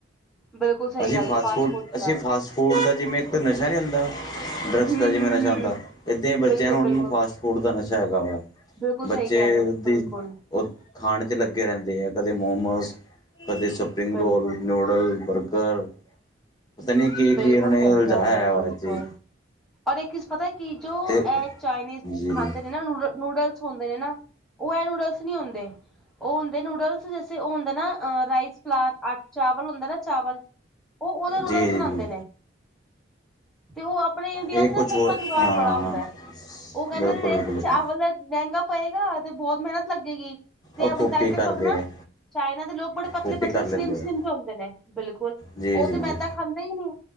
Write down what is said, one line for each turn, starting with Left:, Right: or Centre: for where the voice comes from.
Centre: ਬਿਲਕੁਲ ਸਹੀ
Left: ਅਸੀਂ
Centre: ਗੱਲ
Left: ਫਾਸਟ
Centre: ਹੈ
Left: ਫੂਡ
Centre: ਚਲਾਤਾ
Left: -ਅਸੀਂ ਫਾਸਟ ਫੂਡ ਦਾ ਜਿਵੇਂ ਇੱਕ ਨਸ਼ਾ ਨਹੀਂ ਹੁੰਦਾ ਡਰਗਸ
Centre: ਹਮ
Left: ਦਾ ਜਿਵੇਂ
Centre: ਹਮ
Left: ਨਸ਼ਾ
Centre: ਹਮ
Left: ਹੁੰਂਦਾ, ਏਦਾਂ ਹੀ ਬੱਚਿਆਂ
Centre: ਬਿਲਕੁਲ
Left: ਨੂੰ ਉਹਨਾਂ
Centre: ਬਿਲਕੁਲ
Left: ਨੂੰ ਫਾਸਟ ਫੂਡ ਦਾ ਨਸ਼ਾ ਹੈਗਾ ਵਾ।
Centre: ਬਿਲਕੁਲ
Left: ਬੱਚੇ
Centre: ਸਹੀ ਕਹਿ ਰਹੇ ਹੋ
Left: ਦੀ
Centre: ਬਿਲਕੁਲ
Left: ਉਹ ਖਾਣ 'ਚ ਲੱਗੇ ਰਹਿੰਦੇ ਆ ਕਦੇ ਮੋਮੋਸ ਕਦੇ, ਸਪ ਸਪਰਿੰਗ
Centre: ਬਿਲਕੁਲ
Left: ਰੋਲ, ਨੂਡਲ, ਬਰਗਰ। ਪਤਾ ਨਹੀਂ ਕੀ
Centre: ਬਿਲਕੁਲ
Left: ਕੀ ਇਹਨਾਂ ਨੇ
Centre: ਸਹੀ
Left: ਉਲਝਾਇਆ
Centre: ਕਹਿ ਰਹੇ ਹੋ
Left: ਵਾ
Centre: ਬਿਲਕੁਲ
Left: ਹੀ
Centre: ਔਰ ਇੱਕ ਚੀਜ਼ ਪਤਾ ਕਿ ਜੋ
Left: ਤੇ
Centre: ਇਹ ਚਾਈਨੀਜ਼
Left: ਜੀ ਜੀ
Centre: ਖਾਂਦੇ ਨੇ ਨਾ ਨੂਡਲ ਨੂਡਲਸ ਹੁੰਦੇ ਨੇ ਨਾ ਉਹ ਇਹ ਨੂਡਲਸ ਨਹੀਂ ਹੁੰਦੇ। ਉਹ ਹੁੰਦੇ ਨੂਡਲਸ ਜੈਸੇ ਉਹ ਹੁੰਦੇ ਨਾ ਰਾਈਸ ਫਲਾਰ ਚਾਵਲ ਹੁੰਦਾ ਨਾ ਚਾਵਲ। ਉਹ ਉਹਦੇ ਨੂਡਲਸ
Left: ਜੀ
Centre: ਬਣਾਉਂਦੇ
Left: ਜੀ
Centre: ਨੇ। ਤੇ ਉਹ ਆਪਣੇ ਇੰਡੀਆ
Left: ਇਹ
Centre: ਚ
Left: ਕੁਝ
Centre: ਨਾ ਸਸਤਾ
Left: ਹੋਰ
Centre: ਜੁਗਾੜ
Left: ਹਾਂ
Centre: ਬੜਾ ਹੁੰਦਾ। ਉਹ ਕਹਿੰਦੇ
Left: ਬਿਲਕੁਲ
Centre: ਨੇ ਇੱਥੇ
Left: ਬਿਲਕੁਲ
Centre: ਚਾਵਲ
Left: ਬਿਲਕੁਲ
Centre: ਮਹਿੰਗਾ ਪਏਗਾ ਤੇ ਬਹੁਤ ਮਿਹਨਤ ਲੱਗੇਗੀ। ਤੇ
Left: ਉਹ
Centre: ਬਣਦਾ
Left: ਕਾਪੀ
Centre: ਦੇਖੋ
Left: ਕਰਦੇ
Centre: ਨਾ
Left: ਆ
Centre: ਚਾਈਨਾ ਦੇ ਲੋਕ ਬੜੇ ਪਤਲੇ
Left: ਕਾਪੀ
Centre: ਪਤਲੇ
Left: ਕਰ ਲੈਂਦੇ
Centre: ਸਲਿਮ- ਸਲਿਮ
Left: ਆ
Centre: ਚ ਹੁੰਦੇ ਨੇ ਬਿਲਕੁਲ
Left: ਜੀ
Centre: ਉਹ
Left: ਜੀ
Centre: ਤੇ
Left: ਜੀ
Centre: ਮੈਦਾ ਖਾਂਦੇ ਹੀ ਨਹੀਂ